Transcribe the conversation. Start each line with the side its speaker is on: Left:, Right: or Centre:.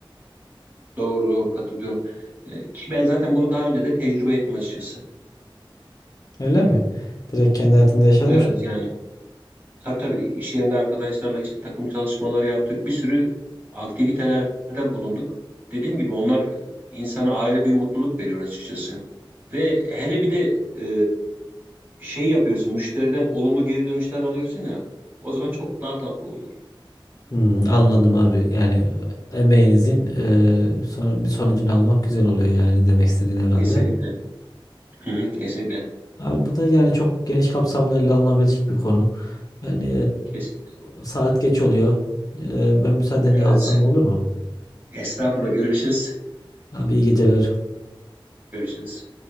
Right: Doğru doğru katılıyorum. Ee, ki ben zaten bunu daha önce de tecrübe ettim açıkçası.
Left: Öyle mi? Direkt kendi hayatında yaşamış
Right: Evet
Left: mı?
Right: yani tabii tabii iş yerinde arkadaşlarla işte takım çalışmaları yaptık. Bir sürü aktivitelerde bulunduk. Dediğim gibi onlar insana ayrı bir mutluluk veriyor açıkçası. Ve hele bir de e, şey yapıyorsun müşteriden olumlu geri dönüşler alıyorsun ya. O zaman çok daha tatlı oluyor.
Left: Hmm, anladım abi. Yani e, emeğinizin e, son- bir sonucunu almak güzel oluyor yani demek istediğin herhalde.
Right: Kesinlikle. Hı hı, kesinlikle.
Left: Abi bu da yani çok geniş kapsamlı ele alınabilecek bir konu. Yani
Right: Kesinlikle.
Left: e, saat geç oluyor. E, ben müsaadeni
Right: Evet.
Left: alsam olur mu?
Right: Estağfurullah görüşürüz.
Left: Abi iyi geceler.
Right: Görüşürüz.